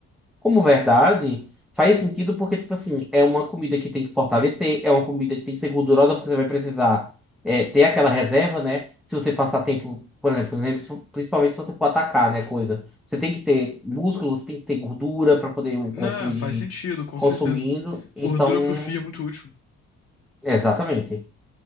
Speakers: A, in the centre; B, on the left.
A: Como verdade, faz sentido porque, tipo assim, é uma comida que tem que fortalecer, é uma comida que tem que ser gordurosa porque você vai precisar é, ter aquela reserva, né? Se você passar tempo, por exemplo, por exemplo, se- principalmente se você for atacar, né, coisa. Você tem que ter músculos, tem que ter gordura para poder o
B: Não,
A: corpo ir
B: faz sentido, com
A: consumindo.
B: certeza.
A: Então,
B: Gordura pro fio é muito útil.
A: exatamente.